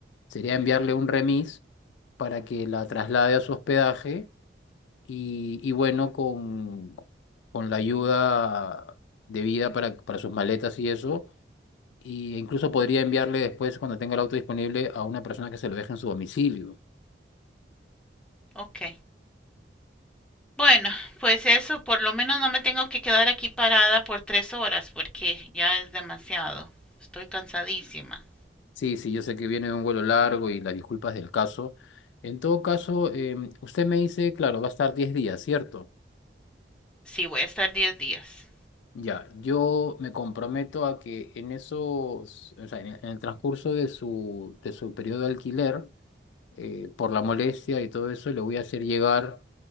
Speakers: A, on the left; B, in the centre.
A: sería
B: Ujú.
A: enviarle un remis para que la traslade a su hospedaje y, y bueno, con, con la ayuda debida para, para sus maletas y eso. Y incluso podría enviarle después, cuando tenga el auto disponible, a una persona que se lo deje en su domicilio.
B: Ok. Bueno, pues eso, por lo menos no me tengo que quedar aquí parada por tres horas porque ya es demasiado. Estoy cansadísima.
A: Sí, sí, yo sé que viene de un vuelo largo y las disculpas del caso. En todo caso, em, usted me dice, claro, va a estar 10 días, ¿cierto?
B: Sí, voy a estar diez días.
A: Ya, yo me comprometo a que en esos, o sea, en el en el transcurso de su, de su periodo de alquiler, eh, por la molestia y todo eso, le voy a hacer llegar